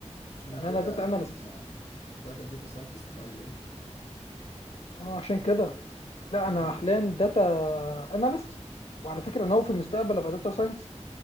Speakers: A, on the left; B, on the left.
A: انا
B: يعني
A: اخويا
B: انا داتا
A: كان
B: اناليست
A: آه، اخويا كان داتا ساينتست في اي بي ام
B: اه عشان كده لا
A: امم
B: انا
A: وحاليا
B: حاليا داتا اناليست وعلى فكره ناوي في المستقبل ابقى داتا ساينس